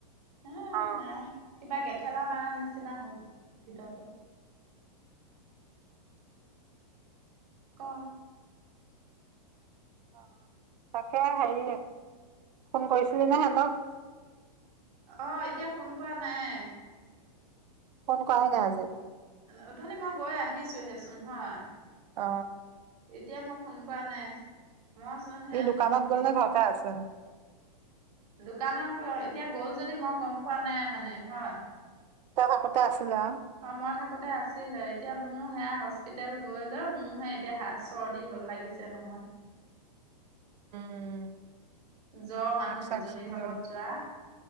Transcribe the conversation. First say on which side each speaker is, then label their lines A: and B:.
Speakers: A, on the right; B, on the right.
A: হ
B: অ
A: নাই কিবা গেট খেলা মাৰ নিচিনা হ'ল ভিতৰতো। ক?
B: অ। তাকে সেৰি ফোন কৰিছিলি
A: কি?
B: নে সেহতক?
A: অ এতিয়া ফোন কৰা নাই।
B: ফোন কৰা নাই আজি।
A: অথনি মই গৈ আহিছোহেচোন হয়।
B: অ।
A: এতিয়া মই ফোন কৰা নাই। মই চোন সেই,
B: ই দোকানত গ'ল নে ঘৰতে আছে
A: দোকানতো এতিয়া গ'ল যদি মই গম পোৱা নাই মানে হয়।
B: তই কাষতে আছিলি আও।
A: অ মই থাকোতে আছিলে এতিয়া মোৰ সেয়া হস্পিতেল গৈ লৈ মোৰহে এতিয়া চৰ্দি হল লাগিছে নহয়।
B: উম।
A: য মানুহ
B: মাস্ক চাস্ক
A: দুজনীৰ
B: পিন্ধল
A: লগত যোৱা